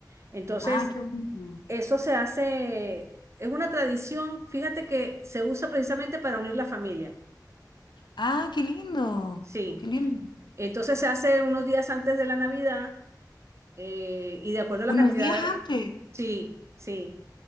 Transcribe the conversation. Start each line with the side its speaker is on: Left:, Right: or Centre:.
Right: Entonces,
Left: Ah, qué bonito.
Right: eso se hace, es una tradición, fíjate que se usa precisamente para unir la familia.
Left: Ah, qué lindo,
Right: Sí,
Left: qué lindo.
Right: entonces se hace unos días antes de la Navidad eh, y de acuerdo a la
Left: Unos
Right: cantidad,
Left: días antes.
Right: sí, sí,